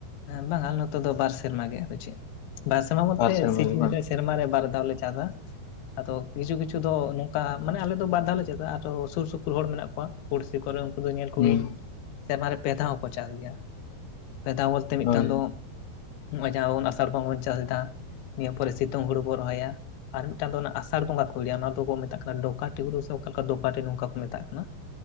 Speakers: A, on the left; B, on the left.
A: ᱵᱟᱝᱟ ᱱᱚᱛᱮ ᱫᱚ ᱵᱟᱨ ᱥᱮᱨᱢᱟ ᱜᱮ ᱯᱟᱪᱮᱫ ᱵᱟᱨ ᱥᱮᱨᱢᱟ ᱵᱚᱞᱛᱮ
B: ᱥᱮᱨᱢᱟ
A: ᱥᱤᱡᱤᱱ
B: ᱜᱮ ᱵᱟᱝ
A: ᱨᱮ ᱥᱮᱨᱢᱟ ᱨᱮ ᱵᱟᱨ ᱫᱷᱟᱣ ᱞᱮ ᱪᱟᱥᱟ ᱟᱫᱚ ᱠᱤᱪᱷᱩ ᱠᱤᱪᱷᱩ ᱫᱚ ᱱᱚ ᱚᱱᱠᱟ ᱢᱟᱱᱮ ᱟᱞᱮ ᱫᱚ ᱵᱟᱨ ᱫᱷᱟᱣ ᱞᱮ ᱪᱟᱥᱼᱟ ᱟᱨᱚ ᱥᱩᱨ ᱥᱩᱯᱩᱨ ᱦᱚᱲ ᱢᱮᱱᱟᱜ ᱠᱚᱣᱟ ᱯᱩᱲᱥᱤ ᱠᱚᱨᱮ ᱩᱱᱠᱩ ᱫᱚ ᱧᱮᱞ ᱠᱚᱜᱮ
B: ᱦᱩᱸ
A: ᱤᱧ ᱥᱮᱨᱢᱟ ᱨᱮ ᱯᱮ ᱫᱷᱟᱣ ᱦᱚᱸᱠᱚ ᱪᱟᱥ ᱜᱮᱭᱟ ᱯᱮ ᱫᱷᱟᱣ ᱵᱚᱞᱛᱮ ᱢᱤᱫ
B: ᱦᱳᱭ
A: ᱴᱟᱱ ᱫᱚ ᱱᱚᱜ-ᱚᱭ ᱡᱟᱦᱟᱸ ᱵᱚᱱ ᱟᱥᱟᱲ ᱵᱚᱸᱜᱟ ᱵᱚᱱ ᱪᱟᱥ ᱮᱫᱟ ᱱᱤᱭᱟᱹ ᱯᱚᱨᱮ ᱥᱤᱛᱩᱝ ᱦᱩᱲᱩ ᱵᱚᱱ ᱨᱚᱦᱚᱭᱟ ᱟᱨ ᱢᱤᱜᱴᱟᱝ ᱫᱚ ᱚᱱᱟ ᱟᱥᱟᱲ ᱵᱚᱸᱜᱟ ᱠᱚ ᱞᱟᱹᱭᱟ ᱚᱱᱟ ᱫᱚ ᱠᱚ ᱢᱮᱛᱟᱜ ᱠᱟᱱᱟ ᱰᱳᱠᱟ ᱴᱤᱩᱨᱩ ᱥᱮ ᱚᱠᱟ ᱞᱮᱠᱟ ᱰᱳᱯᱟᱴᱤ ᱱᱚᱝᱠᱟ ᱠᱚ ᱢᱮᱛᱟᱜ ᱠᱟᱱᱟ᱾